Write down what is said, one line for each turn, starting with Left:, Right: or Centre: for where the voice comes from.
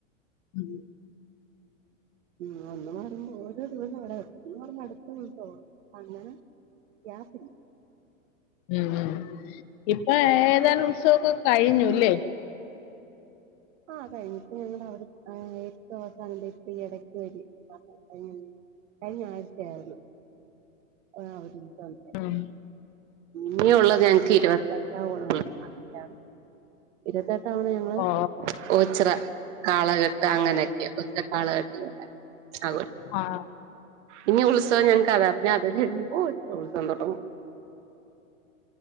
Left: ഉം
Right: ഉം ഒന്ന് മാറുമ്പോ ഓരോ ദിവസം ഇവിടെ ഒന്ന് മാറുമ്പോൾ അടുത്ത ഉത്സവവാ അങ്ങനെ യാസിൻ
Left: ഉം ഉം ഇപ്പൊ ഏതാനും ഉത്സവമൊക്കെ കഴിഞ്ഞു അല്ലേ
Right: ആഹ് കഴിഞ്ഞ് ഇപ്പം ഞങ്ങടെ അവിടെ ഏറ്റവും അവസാനം ദേ ഇപ്പോ ഈ ഇടക്കൊരു കഴിഞ്ഞ കഴിഞ്ഞാഴ്ച ആയിരുന്നു ആ ഒരു ഉത്സവം
Left: ആഹ്
Right: ഇനി ഉള്ളത് ഞങ്ങക്ക് ഇരുപത്തെട്ടാം <unintelligible> ഇരുപത്തെട്ടാം തവണ ഞങ്ങള്
Left: ഓ
Right: ഓച്ചിറ കാളകെട്ട് അങ്ങനെയൊക്കെ ഒറ്റ കാളകെട്ട് അത്
Left: ആഹ്
Right: ഇനി ഉത്സവം ഞങ്ങക്ക് അതാ പിന്നെ അത് കഴിയുമ്പോ ഓച്ചിറ ഉത്സവം തൊടങ്ങും